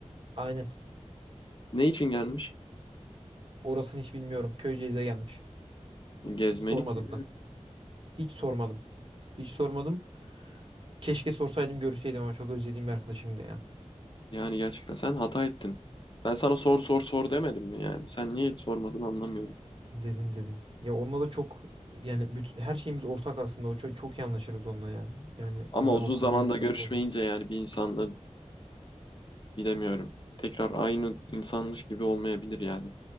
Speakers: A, on the right (about 45°); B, on the left (about 40°).
A: Aynen.
B: Ne için gelmiş?
A: Orasını hiç bilmiyorum. Köyceğiz'e gelmiş.
B: Gezmelik
A: Sormadım
B: mi?
A: da. Hiç sormadım. Hiç sormadım. Keşke sorsaydım görseydim ama çok özlediğim bir arkadaşımdı ya.
B: Yani gerçekten sen hata ettin. Ben sana sor sor sor demedim mi yani? Sen niye sormadın anlamıyorum.
A: Dedin dedin. Ya onunla da çok yani bütün, her şeyimiz ortak aslında. O çok, çok iyi anlaşırız onunla ya. Yani
B: Ama
A: cidden
B: uzun
A: ortak
B: zamanda
A: yönümüz
B: görüşmeyince
A: çok fazla.
B: yani bir insanla Bilemiyorum. Tekrar aynı insanmış gibi olmayabilir yani.